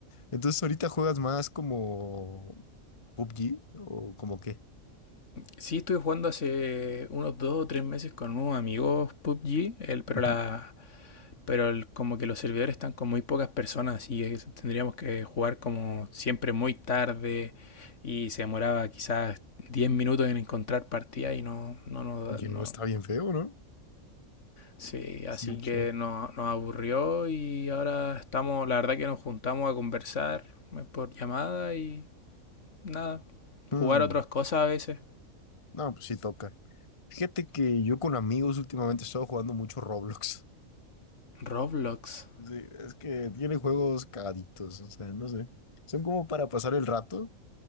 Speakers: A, on the left; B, on the left.
A: Entonces ahorita juegas más como PUBG o como qué.
B: Sí, estuve jugando hace unos dos o tres meses con unos amigos PUBG, el, pero
A: Ujú.
B: la, pero el- como que los servidores están con muy pocas personas y es- tendríamos que jugar como siempre muy tarde y se demoraba quizás 10 minutos en encontrar partida y no, no, nos
A: Oye,
B: da- no,
A: no está bien feo, ¿no?
B: Sí, así
A: Es mucho.
B: que no- nos aburrió y ahora estamos, la verdad que nos juntamos a conversar eh, por llamada y nada,
A: Mm,
B: jugar otras cosas a veces.
A: No, pues sí toca. Fíjate que yo con amigos últimamente he estado jugando mucho Roblox.
B: Roblox.
A: Sí, es que tiene juegos cagaditos, o sea, no sé. Son como para pasar el rato,